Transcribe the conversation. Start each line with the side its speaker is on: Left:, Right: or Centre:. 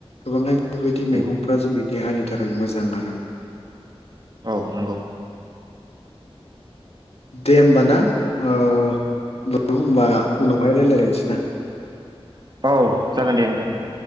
Left: गोबाङै बेबायदि
Right: नंगौ
Left: मैगंफ्रा जोंनि देहानि थाखाय मोजां आरो
Right: औ नंगौ
Left: दे होनबा ना <unintelligible> होनबा उनाव हाय रायलायगोन <unintelligible>
Right: औ जागोन दे नोंथां दे